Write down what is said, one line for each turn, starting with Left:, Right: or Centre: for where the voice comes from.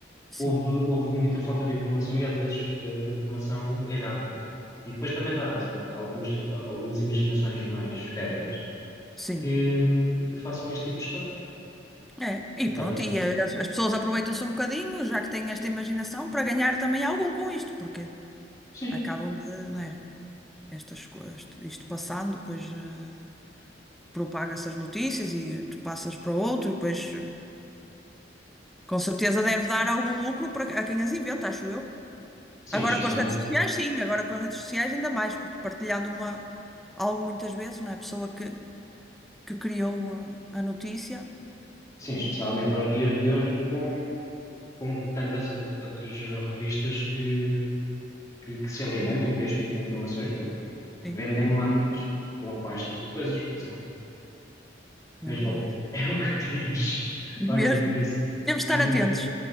Centre: Sim,
Left: houve, houve muita falta de informação e às vezes eh, informação errada. E depois também dá aso a algumas, a algumas imaginações mais férteis
Centre: sim.
Left: que, que façam este tipo de história.
Centre: É, e
Left: Acaba
Centre: pronto,
Left: por ser.
Centre: e as, as pessoas aproveitam-se um bocadinho, já que têm
Left: Sim,
Centre: esta imaginação, para ganhar também algum com isto, porque
Left: sim,
Centre: acabam de, não é, estas, co- isto, isto passando, depois eh, propaga-se as notícias e tu passas para outro, e depois eh, com certeza deve dar algum lucro para a quem as inventa, acho eu.
Left: sim,
Centre: Agora
Left: especialmente,
Centre: com as redes sociais, sim, agora com as redes sociais ainda mais, porque partilhando uma, algo muitas vezes, não é? A pessoa que, que criou a, a notícia,
Left: sim, especialmente aos dias de hoje com, com tantas, tantas revistas que, que, que se alimentam deste tipo de informações, porque
Centre: sim.
Left: vendem mais com, com este tipo de coisas, por exemplo.
Centre: É
Left: Mas
Centre: verdade.
Left: bom, <laughs> é o que temos. Olha,
Centre: Mesmo.
Left: Eunice,
Centre: Temos de estar
Left: muito.
Centre: atentos.